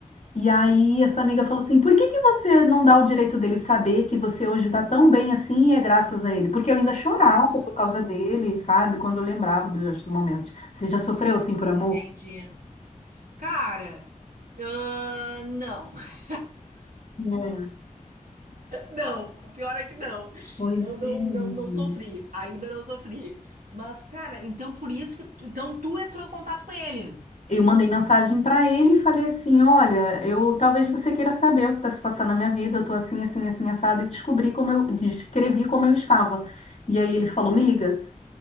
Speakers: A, on the left; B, on the right.
A: E aí essa amiga falou assim: por que que você não dá o direito dele saber que você hoje está tão bem assim e é graças a ele? Porque eu ainda chorava
B: Ah,
A: por causa dele, sabe? Quando eu lembrava dos momentos. Você já sofreu assim por amor?
B: entendi. Cara, ah, não. <laughs>
A: É,
B: Não, pior é que não.
A: pois
B: Não, não,
A: é, menina.
B: não, não sofri. Ainda não sofri. Mas, cara, então por isso que tu, então tu entrou em contato com ele.
A: Eu mandei mensagem para ele e falei assim: Olha, eu talvez você queira saber o que está se passando na minha vida. Eu tô assim, assim, assim, assado e descobri como eu descrevi como eu estava. E aí ele falou: Me liga.